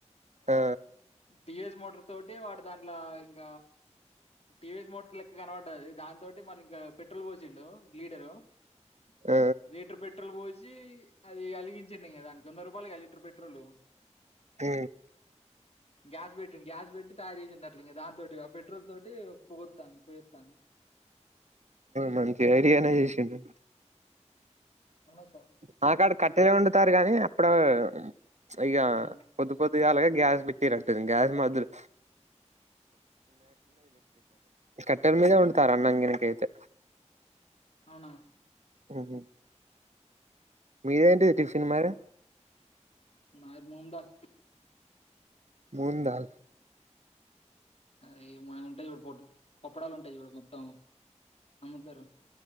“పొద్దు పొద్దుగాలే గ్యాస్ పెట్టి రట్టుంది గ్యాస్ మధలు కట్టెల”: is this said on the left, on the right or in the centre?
Right